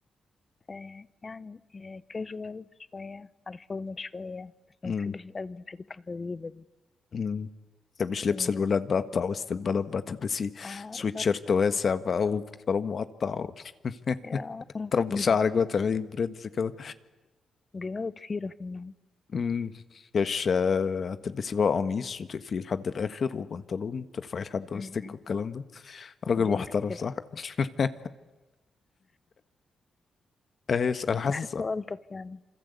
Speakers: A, on the left (about 25°); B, on the left (about 45°).
A: آه يعني آه كاجوال شوية على الفورمال شوية بس
B: مم.
A: ما بحبش الألبس الحاجات الغريبة دي
B: مم. متحبيش لبس
A: إن هي-
B: الولاد بقى بتاع وسط البلد بقى تلبسي
A: اه
B: سويت
A: إدارة
B: شيرت واسع بقى وبنطلون مقطع و... <laughs>
A: يا قرف
B: تربي
A: ايه
B: شعرك
A: ده
B: بقى تعملي بريدز كده
A: بيموت فيرة في النوم
B: أمم. مش آه، هتلبسي بقى قميص وتقفيه لحد الاخر وبنطلون ترفعيه لحد وسطك
A: م- م-
B: والكلام ده راجل
A: م. جنتل
B: محترم
A: كده
B: صح؟ <laughs> ايش انا حاسس
A: بحسه ألطف يعني